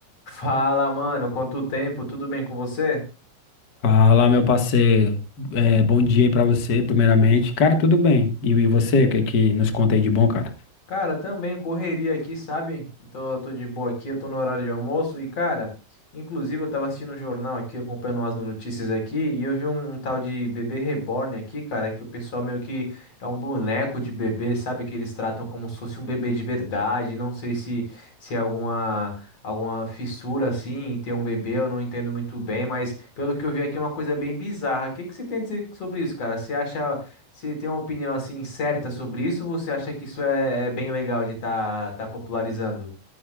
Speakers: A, on the left (about 35°); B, on the left (about 75°).
A: Fala, mano, quanto tempo? Tudo bem com você?
B: Fala, meu parceiro. É, bom dia aí pra você, primeiramente. Cara, tudo bem. E, e você, o que que nos conta aí de bom, cara?
A: Cara, também correria aqui, sabe? Tô, tô de boa aqui, eu tô no horário de almoço e, cara, inclusive eu tava assistindo o jornal aqui, acompanhando as notícias aqui, e eu vi um, um tal de bebê reborn aqui, cara, que o pessoal meio que é um boneco de bebê, sabe? Que eles tratam como se fosse um bebê de verdade, não sei se, se é alguma, alguma fissura assim em ter um bebê, eu não entendo muito bem, mas pelo que eu vi aqui é uma coisa bem bizarra. O que que você tem a dizer sobre isso, cara? Você acha. Você tem uma opinião assim certa sobre isso? Ou você acha que isso é, é bem legal de estar tá, tá popularizando?